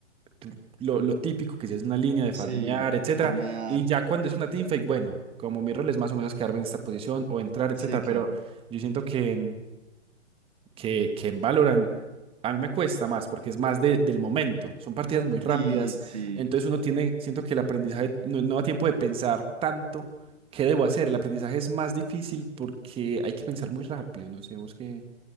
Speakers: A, on the right; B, on the right.
A: tú- lo, lo típico que si es una línea de
B: sí,
A: farmear, etcétera.
B: farmear.
A: Y ya cuando es una teamfight, bueno, como mi rol es más o menos quedarme en esta posición o entrar, etcétera.
B: Sí,
A: Pero
B: claro.
A: yo siento que en, que, que en Valorant a mí me cuesta más porque es más de- del momento. Son partidas muy rápidas.
B: Sí, sí.
A: Entonces uno tiene, siento que el aprendizaje no, no da tiempo de pensar tanto. ¿Qué debo hacer? El aprendizaje es más difícil porque hay que pensar muy rápido. No sé, vos qué,